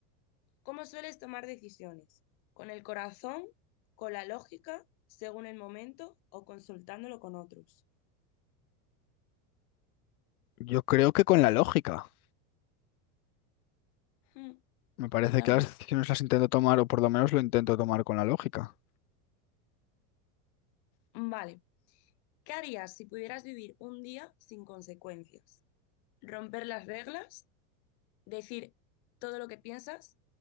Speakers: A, on the left; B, on the left.
A: ¿Cómo sueles tomar decisiones? ¿Con el corazón? ¿Con la lógica? ¿Según el momento? ¿O consultándolo con otros?
B: Yo creo que con la lógica.
A: Hmm,
B: Me parece
A: yo también.
B: que las decisiones las intento tomar, o por lo menos lo intento tomar con la lógica.
A: Vale. ¿Qué harías si pudieras vivir un día sin consecuencias? ¿Romper las reglas? ¿Decir todo lo que piensas?